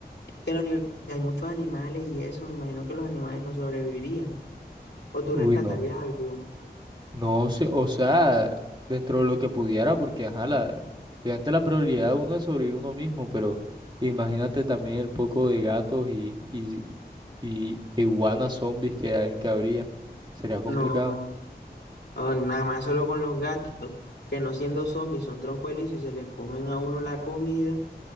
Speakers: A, on the left; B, on the right.
A: que en la universidad hay muchos animales y eso, me imagino que los animales no sobrevivirían. O tú
B: Uy,
A: rescatarías
B: no.
A: algunos.
B: No sé, o sea, dentro de lo que pudiera, porque ajá, la, obviamente la prioridad de uno es sobrevivir uno mismo, pero imagínate también el poco de gatos y, y, y iguanas zombies que, hay- que habría. Sería complicado.
A: No, o nada más solo con los gatos, que no siendo zombies son troncoelizos y se le comen a uno la comida.